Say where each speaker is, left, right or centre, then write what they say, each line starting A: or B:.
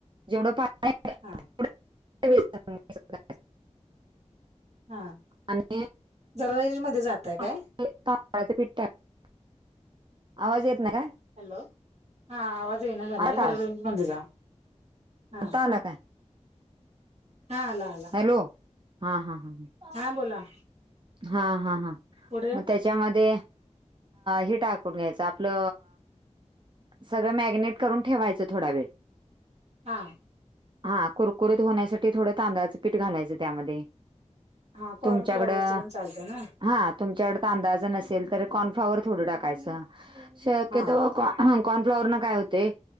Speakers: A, on the right; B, on the right.
A: जेवढं पाणी आहे कनाय <inaudible>
B: हा
A: तेवढ बेसन मिक्स करायचं <unintelligible>
B: हा
A: आणि
B: जरा रेंज मध्ये जाताय
A: थोडंसं
B: काय
A: तांदळाचं पिठ टाकायचं <unintelligible> आवाज येत नाय काय
B: हॅलो हा आवाज येईना झालाय.
A: आला का
B: जरा
A: आवाज
B: रेंजमध्ये जा. हा
A: आता आला काय
B: हा आला आता
A: हॅलो हा हा हा हा
B: हा बोला.
A: हा हा हा
B: पुढे
A: म ते त्याच्या मध्ये हे टाकून घ्यायचं आपलं सगळं मॅगिनेट करून ठेवायचं थोडा वेळ
B: हा
A: हा कुरकुरीत होण्यासाठी थोडं तांदळाचं पीठ घालायचं त्यामध्ये.
B: हा कॉर्न
A: तुमच्याकडं
B: फ्लॉवरच पण चालत ना.
A: हा तुमच्याकड तर तांदळाचं नसेल तर कॉर्नफ्लॉवरच थोड टाकायचं शक्यतो
B: हा
A: ह कॉर्न फ्लॉवर न काय होते.